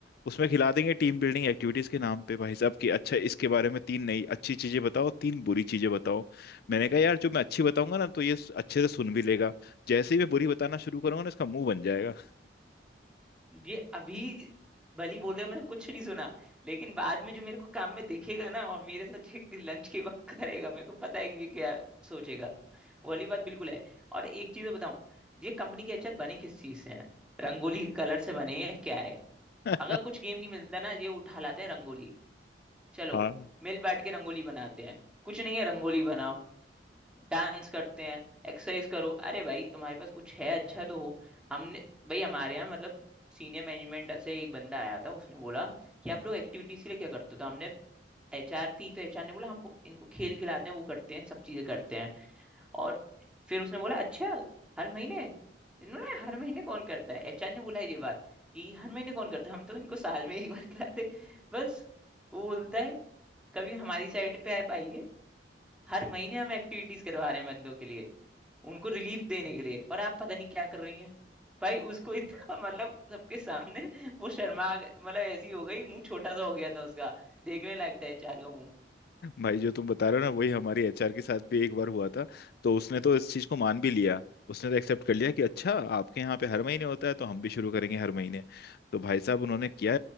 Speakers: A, on the left; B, in the centre.
A: उसमें खिला देंगे टीम बिल्डिंग एक्टिविटीज के नाम पे भाई साहब कि अच्छा इसके बारे में तीन नई अच्छी चीजें बताओ तीन बुरी चीजें बताओ मैंने कहा यार जो मैं अच्छी बताऊंगा ना तो ये अच्छे से सुन भी लेगा जैसे ही मैं बुरी बताना शुरू करूंगा ना इसका मुंह बन जाएगा
B: ये अभी भली बोल रहे हो मैंने कुछ नहीं सुना लेकिन बाद में जो मेरे को काम में दिखेगा ना और मेरे साथ ये लंच के वक्त करेगा मेरे को पता है कि ये क्या सोचेगा वो वाली बात बिल्कुल है और एक चीज बताऊं ये कंपनी के अचार बने किस चीज से हैं रंगोली के कलर से बने हैं क्या है
A: <laughs>
B: अगर कुछ गेम नहीं मिलता ना ये उठा लाते हैं रंगोली चलो
A: हाँ
B: मिल बैठ के रंगोली बनाते हैं कुछ नहीं है रंगोली बनाओ डांस करते हैं एक्सरसाइज करो अरे भाई तुम्हारे पास कुछ है अच्छा तो हो हमने भाई हमारे यहाँ मतलब सीनियर मैनेजमेंट से एक बंदा आया था उसने बोला कि आप लोग एक्टिविटीज के लिए क्या करते हो तो हमने एचआर थी तो एचआर ने बोला हम इनको खेल खिलाते हैं वो करते हैं सब चीजें करते हैं और फिर उसने बोला अच्छा हर महीने इन्होंने हर महीने कौन करता है एचआर ने बोला ये बात कि हर महीने कौन करता है हम तो इनको साल में एक बार खिलाते बस वो बोलता है कभी हमारी साइड पे आप आइए हर महीने हम एक्टिविटीज करवा रहे हैं बंदों के लिए उनको रिलीफ देने के लिए और आप पता नहीं क्या कर रही हैं भाई उसको इतना <laughs> मतलब सबके सामने वो शर्मा गए- मतलब ऐसी हो गई मुंह छोटा सा हो गया था उसका देखने लायक था एचआर का मुंह
A: भाई जो तुम बता रहे हो ना वही हमारी एचआर के साथ भी एक बार हुआ था तो उसने तो इस चीज को मान भी लिया उसने तो एक्सेप्ट कर लिया कि अच्छा आपके यहाँ पे हर महीने होता है तो हम भी शुरू करेंगे हर महीने तो भाई साहब उन्होंने किया